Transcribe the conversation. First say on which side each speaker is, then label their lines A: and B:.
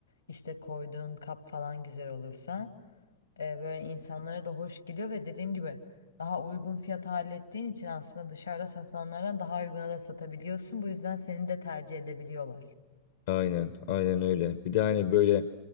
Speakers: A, on the left (about 80°); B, on the left (about 55°).
A: işte koyduğun kap falan güzel olursa e, böyle insanlara da hoş geliyor ve dediğim gibi daha uygun fiyata hallettiğin için aslında dışarıda satılanlardan daha uyguna da satabiliyorsun bu yüzden seni de tercih edebiliyorlar.
B: Aynen, aynen öyle. Bir de hani böyle